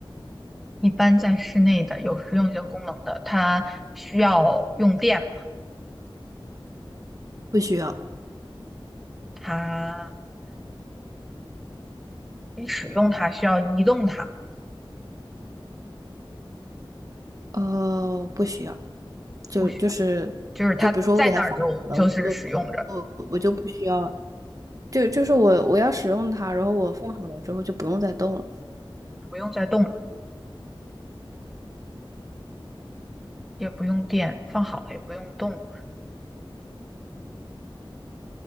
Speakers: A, in the centre; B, on the right (about 40°).
A: 一般在室内的有实用性功能的，它需要用电嘛？
B: 不需要，
A: 它你使用它需要移动它，
B: 呃，不需要，就就是就比如说我给它放好了，
A: 不需要，就是它在那儿就就是使用着，
B: 我就我我就不需要，就就是我我要使用它，然后我放好了之后就不用再动了。
A: 不用再动了，也不用电，放好了也不用动。